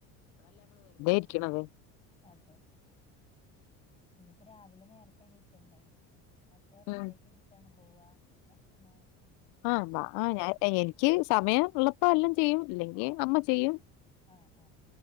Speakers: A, on the left (about 75°); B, on the left (about 20°).
A: ഇരിക്കണത്
B: അതെ ഇനി ഇപ്പൊ രാവിലെ നേരത്തെ എണീക്കണ്ടേ ഒക്കെ റെഡി
A: ഉം
B: ആക്കി വച്ചിട്ടാണ് പോവാ ഭക്ഷണവും
A: ആഹാ ആ ഞാ എനിക്ക് സമയം എളപ്പ എല്ലാം ചെയ്യും ഇല്ലെങ്കിൽ അമ്മ ചെയ്യും.
B: ആ ആ